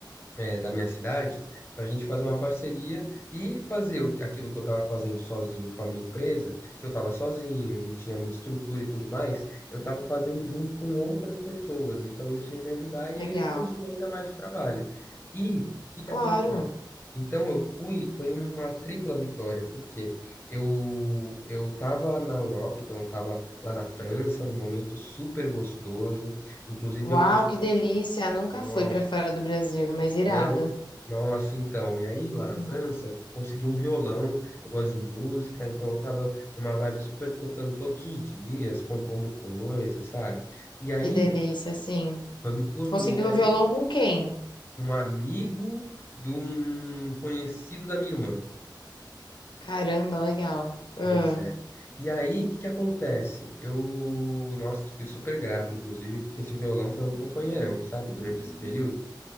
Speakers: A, on the left; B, on the left.
A: é, da minha cidade para a gente fazer uma parceria e fazer o- aquilo que eu estava fazendo sozinho com a minha empresa, que eu estava sozinho, não tinha muita estrutura e tudo mais, eu estava fazendo junto com outras pessoas. Então isso ia me ajudar e
B: legal.
A: ia expandir ainda mais o trabalho. E o que que
B: Claro.
A: acontece? Então eu fui, foi uma tripla vitória, porque eu eu estava na Europa, então eu estava lá na França, num momento super gostoso. Inclusive
B: Uau,
A: eu consegui,
B: que delícia! Nunca
A: nossa,
B: fui pra fora do Brasil, mas irado.
A: não. Nossa, então. E aí, lá na
B: Hum,
A: França, eu consegui um violão. Eu gosto de música, então eu tava numa vibe super tocando todos os dias, compondo coisas, sabe? E aí,
B: Que delícia, sim.
A: foi muito gostoso.
B: Conseguiu
A: E aí,
B: o violão com quem?
A: um amigo de um conhecido da minha irmã.
B: Caramba, legal. Ah,
A: Pois é. E aí, o que que acontece? Eu, nossa, fui super grato, inclusive, porque esse violão foi um companheirão, sabe, durante esse período.